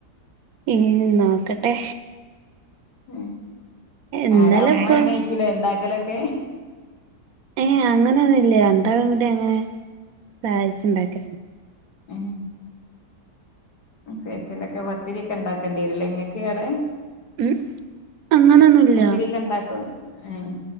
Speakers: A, on the right; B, on the left.
A: ഇൽ നോക്കട്ടെ.
B: ഉം
A: ഇന്നലെ
B: ആര ഇമ്മന്നെ
A: ഇപ്പൊ
B: എയ്ക്കുലേ ഇണ്ടാക്കലൊക്കെ?
A: ഏഹ് അങ്ങനെന്നുംല്ല. രണ്ടാളും കൂടി അങ്ങനെ സഹായിച്ച്ണ്ടാക്ക
B: ഉം. സ്പെഷ്യലൊക്കെ പത്തിരി ഒക്കെ ഇണ്ടാക്കേണ്ടിരൂല്ലേ ഇങ്ങക്ക് ആടെ?
A: <unintelligible> അങ്ങനൊന്നുല്ല.
B: പത്തിരിയൊക്കെ ഉണ്ടാക്കോ ഏഹ്